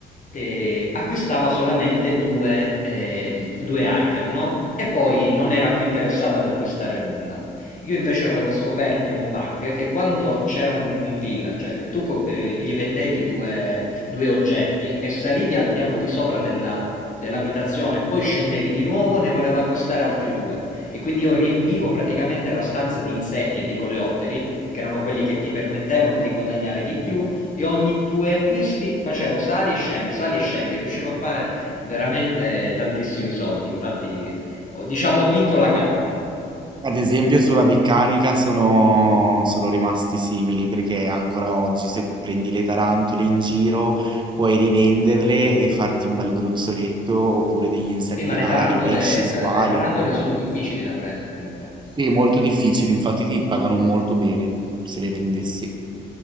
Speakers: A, on the left; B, on the right.
A: eh, acquistava solamente due, ehm, due item, no? E poi non era più interessata ad acquistare nulla. Io invece avevo scoperto un bug che quando c'era un, un villager e tu co- eh, gli vendevi due, due oggetti e salivi al piano di sopra della, dell'abitazione, poi scendevi di nuovo, ne volevo acquistare altri due. E quindi io riempivo praticamente la stanza di insetti e di coleotteri, che erano quelli che ti permettevano di guadagnare di più, e ogni due acquisti facevo sali e scendi, sali e scendi, e riuscivo a fare veramente tantissimi soldi. Infatti, ho- diciamo, ho vinto la gara.
B: Ad esempio sulla meccanica sono, sono rimasti simili perché ancora oggi se prendi le tarantole in giro puoi rivenderle e farti un bel gruzzoletto oppure degli insetti
A: Sì, ma le
B: rari,
A: tarantole,
B: pesci, squali.
A: ta- le tarantole sono difficili da prendere.
B: Sì, è molto difficile, infatti ti pagano molto bene se le vendessi.